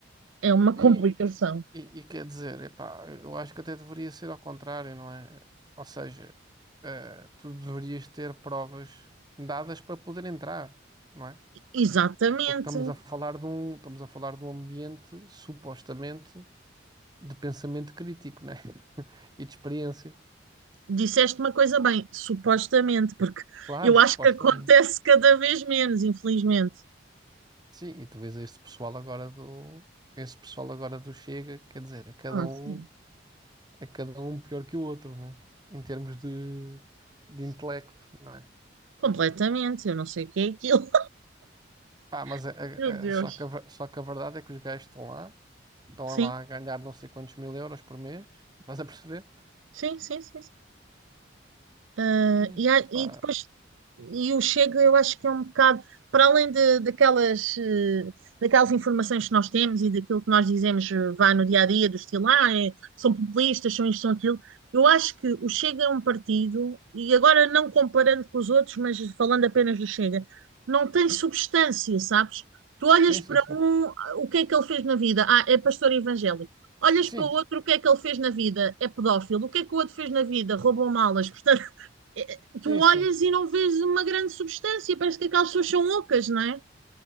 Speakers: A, on the right; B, on the right.
A: é uma
B: E,
A: complicação.
B: e, e quer dizer, epá, eu acho que até deveria ser ao contrário, não é? Ou seja, eh, tu deverias ter provas dadas para poder entrar, não é?
A: Exatamente.
B: Porque estamos a falar de um, estamos a falar de um ambiente supostamente de pensamento crítico, né? <laughs> E de experiência.
A: Disseste uma coisa bem, supostamente, porque
B: Claro,
A: eu
B: supostamente.
A: acho que acontece cada vez menos, infelizmente.
B: Sim, e tu vês esse pessoal agora do, esse pessoal agora do Chega, quer dizer, é cada
A: Ah,
B: um
A: sim.
B: é cada um pior que o outro, né? Em termos de, de intelecto, né?
A: Completamente. Eu não sei o que é aquilo.
B: Pá, mas
A: <laughs>
B: a- a-
A: Meu Deus.
B: a- só que a, ver- só que a verdade é que os gajos estão lá, estão
A: Sim,
B: lá a ganhar não sei quantos mil euros por mês, estás a perceber?
A: sim, sim, sim. Ah,
B: E,
A: e, há-
B: pá,
A: e depois e o Chega eu acho que é um bocado para além de, daquelas eh, daquelas informações que nós temos e daquilo que nós dizemos eh, vá no dia a dia do estilo ah, é- são populistas, são isto, são aquilo eu acho que o Chega é um partido e agora não comparando com os outros mas falando apenas do Chega não tem substância, sabes? Tu olhas
B: sim,
A: para
B: sim, sim.
A: um, ah, o que é que ele fez na vida? Ah, é pastor evangélico. Olhas
B: Sim,
A: para o outro, o que é que ele fez na vida? É pedófilo. O que é que o outro fez na vida? Roubou malas. <laughs> É, é, tu
B: sim,
A: olhas
B: sim.
A: e não vês uma grande substância, parece que aquelas pessoas são ocas, não é?